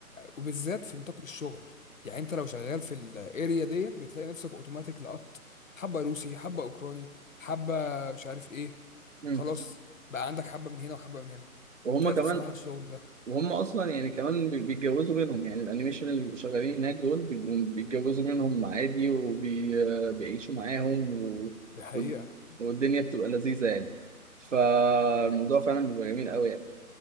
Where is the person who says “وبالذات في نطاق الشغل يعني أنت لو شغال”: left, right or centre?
Left